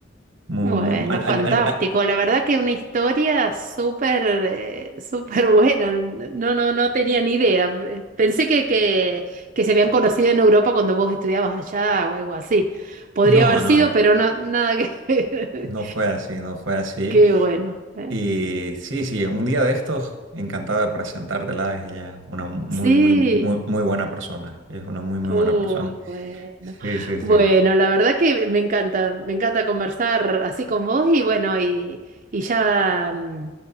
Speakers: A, on the right (about 80°); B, on the right (about 45°).
A: muy,
B: Bueno,
A: muy- al-
B: fantástico.
A: al- al- al-
B: La verdad que una historia súper, eh, súper buena. No, no, no tenía ni idea. Pensé que, que, que se habían conocido en Europa cuando vos estudiabas allá o algo así. Podría
A: no,
B: haber sido,
A: no, no,
B: pero no, nada que <laughs> ver.
A: no fue así, no fue así.
B: Qué bueno, ¿eh?
A: Y sí, sí, un día de estos, encantado de presentártela. Es ella una muy,
B: Sí.
A: muy, muy, muy buena persona. Ella Es una muy, muy
B: Uy,
A: buena persona.
B: bueno.
A: Sí, sí, sí.
B: Bueno, la verdad que me encanta, me encanta conversar así con vos y bueno, y, y ya mm,